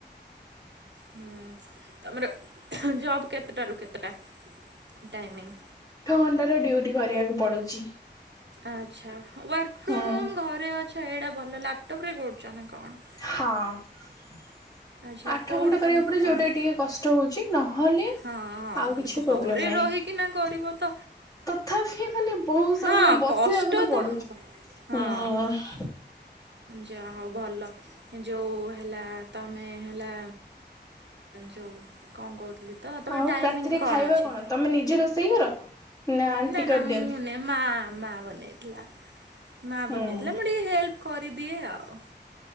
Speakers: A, on the right; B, on the left.
A: ହଁ ତମର ଜବ୍ କେତେଟାରୁ କେତେଟା ଟାଇମିଂ
B: ଟୋଟାଲ ଡ୍ୟୁଟି କରିବାକୁ ପଡୁଛି,
A: ଆଚ୍ଛା ୱାର୍କ ଫ୍ରମ
B: ହୁଁ
A: ହୋମ ଘରେ ଅଛ, ଏଇଟା ଭଲ ଲାପଟପ ରେ କରୁଛଛନ୍ତି କଣ
B: ହଁ <inaudible>
A: ଆଚ୍ଛା
B: ଆଠ
A: କୋଉଠି
B: ଘଣ୍ଟା କରିବାକୁ
A: ତମ
B: ପଡ
A: କମ୍ପ
B: ଯୋଉଟା ଟିକେ କଷ୍ଟ ହଉଛି ନହେଲେ
A: ହଁ
B: ଆଉ କିଛି
A: ଘରେ
B: ପ୍ରୋବ୍ଲେମ ନାହିଁ
A: ରହିକିନା କରିବ ତ
B: ତଥାପି ମାନେ ବହୁତ
A: ହଁ
B: ସମୟ ବସିବାକୁ
A: କଷ୍ଟ
B: ତ ପଡୁଛି
A: ହବ। ହଁ
B: ହୁଁ
A: ହଁ ଯା ହଉ ଭଲ ଯୋଉ ହେଲା ତମେ ହେଲା ଯୋଉ କଣ କହୁଥିଲି ତ ତମ
B: ହଉ
A: ଟାଇମିଂ
B: ରାତିରେ ଖାଇବା
A: ଅଛି?
B: କଣ ତମେ ନିଜେ ରୋଷେଇ କର ଆଣ୍ଟି
A: ନା
B: କରିଦିଅନ୍ତି
A: ନା ମୁଁ ନୁହେଁ ମା ମା ବନେଇ ପଥିଲା ମା
B: ହୁଁ
A: ବନେଇଥିଲା ମୁଁ ଟିକେ ହେଲ୍ପ କର ଦିଦିଏ ଆଉ